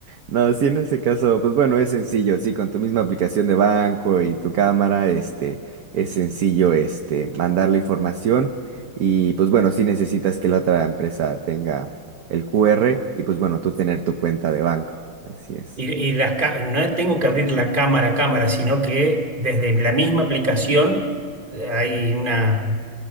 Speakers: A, on the right; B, on the right.
A: No, sí, en ese caso, pues bueno, es sencillo, sí, con tu misma aplicación de banco y tu cámara, este, es sencillo, este, mandar la información y pues bueno, sí necesitas que la otra empresa tenga el QR y pues bueno, tú tener tu cuenta de banco. Así es.
B: Y, y las ca- no tengo que abrir la cámara a cámara, sino que desde la misma aplicación eh, hay una,